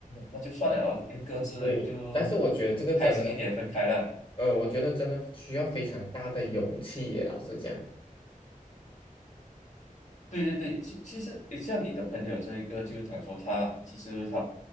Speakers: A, on the left; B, on the left.
A: 那就算了咯，各自就
B: 对。但是我觉得这个真的。
A: 开心一点分开了。
B: 呃，我觉得真的需要非常大的勇气耶，老实讲。
A: 对对对，其其实诶像你的朋友这一个，就是他说他其实他